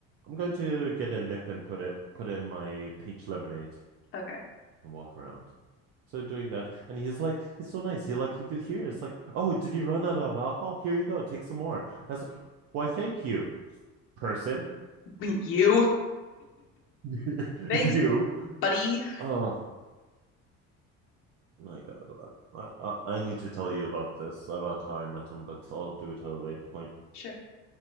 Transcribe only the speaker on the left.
Okay.
<laughs> You.
Thanks,
buddy.
Sure.